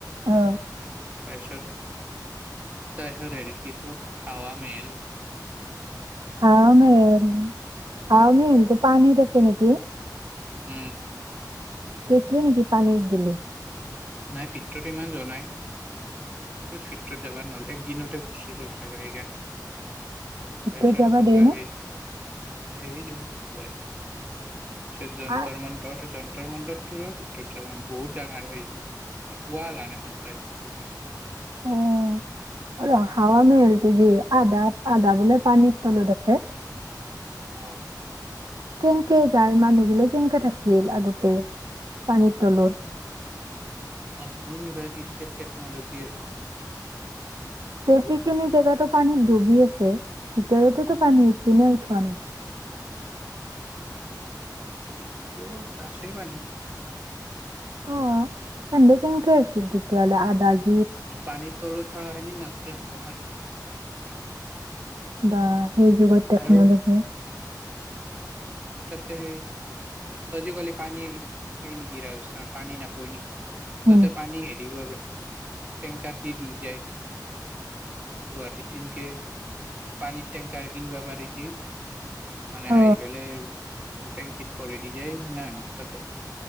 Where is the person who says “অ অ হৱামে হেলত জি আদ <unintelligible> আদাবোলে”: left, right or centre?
Right